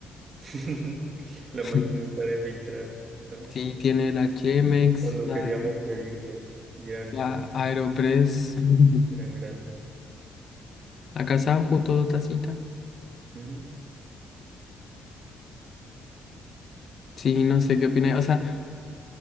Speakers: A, on the right (about 50°); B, on the left (about 50°).
A: <laughs> La
B: <laughs>
A: maquinita de filtrado. ¿no?
B: sí, tiene la Chemex,
A: Cuando
B: la,
A: queríamos pedir dos y eran,
B: la Aeropress, <laughs>
A: eran grandes.
B: la Kazam, justo dos tacitas.
A: Ujú.
B: Sí, no sé qué opináis. O sea,